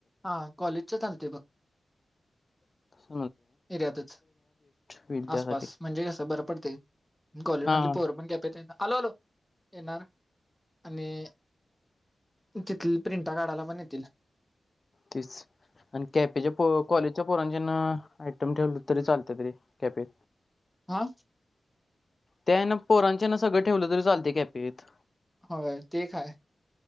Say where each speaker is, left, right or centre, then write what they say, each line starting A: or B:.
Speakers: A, in the centre; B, on the left.
A: हा, कॉलेजच चालते बघ.
B: ह
A: एरियातच.
B: होईल त्यासाठी
A: आसपास म्हणजे कसं बरं पडतय कॉलेजमधली
B: हां
A: पोर पण कॅफेत येणार आलो आलो, येणार आणि तिथ प्रिंटा काढायला पण येतील.
B: तीच आणि कॅफेचे पोरं कॉलेज ज्या पोरण ज्यांना आयटम ठेवलं तरी चालतेत रे कॅफेत
A: हा
B: त्या ना पोरांचे ना सगळं ठेवलं तरी चालते कॅफेत
A: होय ते एक हाय